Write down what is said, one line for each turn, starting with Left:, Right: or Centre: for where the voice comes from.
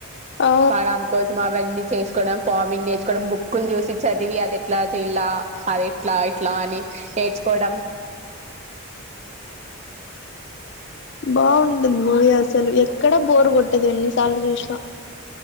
Left: ఆ
Right: వాడమే కోసం అవన్నీ చేసుకోవడం ఫార్మింగ్ నేర్చుకోవడం బుక్కులు చూసి చదివి అది ఎట్లా చెలా అది ఎట్లా ఇట్లా అని నేర్చుకోడం
Left: బాగుంటుంది మూవీ అసలు ఎక్కడ బోర్ కొట్టదు ఎన్నిసార్లు చూసినా